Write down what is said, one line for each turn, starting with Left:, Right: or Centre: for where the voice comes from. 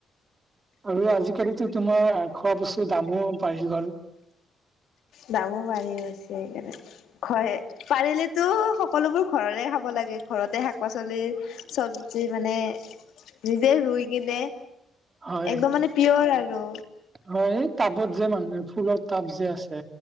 Right: আৰু আজিকালিতো তোমাৰ খোৱা বস্তু দামো বাঢ়ি গ'ল।
Left: দামো বাঢ়ি গৈছে, হয় পাৰিলেতো সকলোবোৰ ঘৰৰে খাব লাগে, ঘৰতে শাক-পাচলি চবজি মানে নিজে ৰুই কিন,
Right: হয়
Left: একদম মানে পিয়ৰ আৰু
Right: হয় এই টাবত যে মানুহে ফুলৰ টাব যে আছে,